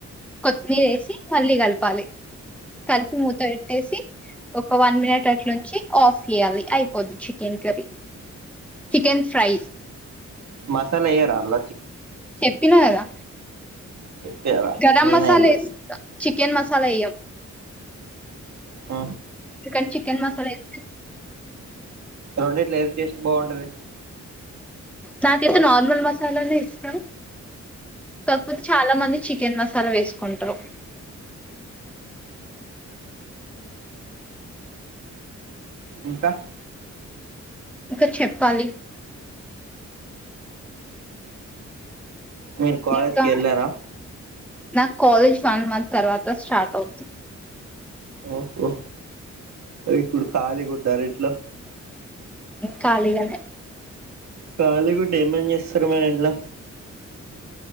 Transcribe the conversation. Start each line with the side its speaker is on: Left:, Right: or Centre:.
Centre: కొత్తిమీర వేసి మల్లీ కలపాలి కలిపి మూత పెట్టేసి ఒక వన్ మినిట్ అట్ల ఉంచి ఆఫ్ తీయాలి అయిపొద్ది chicken curry chicken fry
Right: masala ఏయర ఆళ్ల
Centre: చెప్పినా కదా
Right: చెప్తారా
Centre: గరం
Right: నేనే
Centre: మసాలేస్త
Right: ఏం లే
Centre: చికెన్ మసాలా వెయ్యం
Right: ఆ
Centre: చన్ చికెన్ మసాలా ఇ
Right: రెండిట్లో ఏది టేస్ట్ బాగుంటది
Centre: నాకైతే నార్మల్ మసాలానే ఇష్టం కాకపోతే చాలా మంది చికెన్ మసాలా వేసుకుంటారు
Right: ఇంకా
Centre: ఇంకా చెప్పాలి
Right: మీరు కాలేజ్కి
Centre: ఇంకా
Right: వెళ్ళారా
Centre: నాకు కాలేజ్ వన్ మంత్ తర్వాత స్టార్ట్ అవుతుంది
Right: ఓహో ఇప్పుడు ఖాళీగా ఉన్నారా ఇంట్లో
Centre: ఖాళీగానే
Right: ఖాళీ గుంటే ఏం పని చేస్తారు మీరు ఇంట్లో